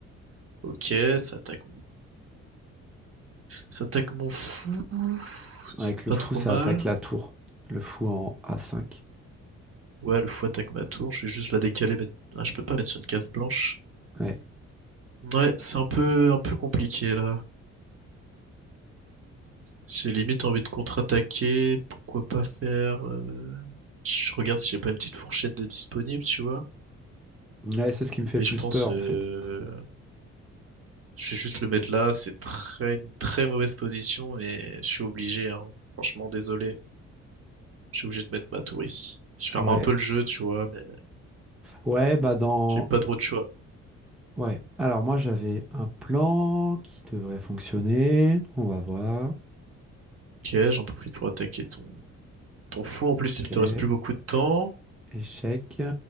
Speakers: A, on the right; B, in the centre.
A: Ok, ça attaque, ça attaque mon fou. C'est
B: Avec le
A: pas
B: fou,
A: trop
B: ça
A: mal.
B: attaque la tour. Le fou en a cinq.
A: Ouais, le fou attaque ma tour. Je vais juste la décaler, mais ah, je peux pas mettre sur une case blanche.
B: Ouais.
A: Ouais, c'est un peu, un peu compliqué là. J'ai limite envie de contre-attaquer. Pourquoi pas faire... euh, Je regarde si j'ai pas une petite fourchette de disponible, tu vois.
B: Ouais, c'est ce qui me fait
A: Mais
B: le plus
A: je pense...
B: peur,
A: euh,
B: en fait.
A: Je vais juste le mettre là. C'est très, une très mauvaise position, mais je suis obligé, hein. Franchement, désolé. Je suis obligé de mettre ma tour ici. Je ferme
B: Ouais.
A: un peu le jeu, tu vois, mais
B: Ouais, bah dans...
A: j'ai pas trop de choix.
B: Ouais. Alors moi, j'avais un plan qui devrait fonctionner. On va voir.
A: Ok, j'en profite pour attaquer ton, ton fou. En plus,
B: Ok.
A: il te reste plus beaucoup de temps.
B: Échec.